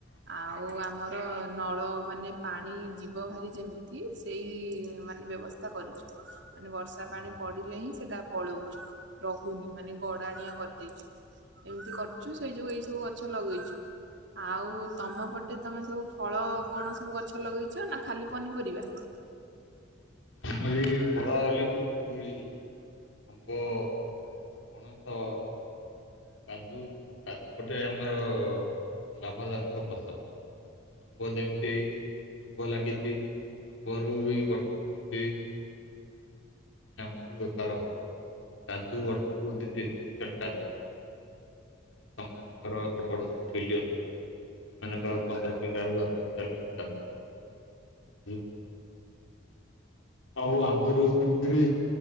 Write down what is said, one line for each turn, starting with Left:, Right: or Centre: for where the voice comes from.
Right: ଆଉ ଆମର ନଳ ମାନେ ପାଣି ଯିବ ଭାରି ଯେମିତି ସେଇ ମାନେ ବ୍ୟବସ୍ଥା କରିଛୁ। ମାନେ ବର୍ଷା ପାଣି ପଡିଲେ ହିଁ ସେଟା ପଳଉଛି ରହୁନି ମାନେ ଗଡାଣିଆ କରିଦେଇଛୁ, ଏମିତି କରିଛୁ ସେଇ ଯୋଗୁ ଏଇ ସବୁ ଗଛ ଲଗେଇଛୁ। ଆଉ ତମ ପଟେ ତମେ ସବୁ ଫଳ କଣ ସବୁ ଗଛ ଲଗେଇଛ ନା ଖାଲି ପନିପରିବା?
Left: ଆମରି ବି ଫଳ ହେଲେ ବି ପିଜୁଳି। ଆମ୍ୱ। ପଣସ। କାଜୁ। କାଜୁ ଗୋଟେ ଆମର ଲାଭଜନକ ଫସଲ। ଆମ୍ବ ଯେମିତି ଆମ୍ବ ଲାଗିଛି ଆମ୍ବରୁ ବି ବର୍ଷକୁ ସେମିତି। ଆମ୍ବର ବେପାର କାଜୁ ବର୍ଷକୁ ଦି ତିନି କୁଇଣ୍ଟାଲ କାଜୁ ବାହାରୁଚି। ସମସ୍ତଙ୍କର ବଡ ବଡ ଯୋଉ ଫିଲ୍ଡ ଅଛି। ତାଙ୍କର ପନ୍ଦର କ୍ୱଇଣ୍ଟାଲ ଦଶ କଣ୍ଟାଲା <unintelligible> ଆଉ ଆଗରୁ ସେମିତି ବି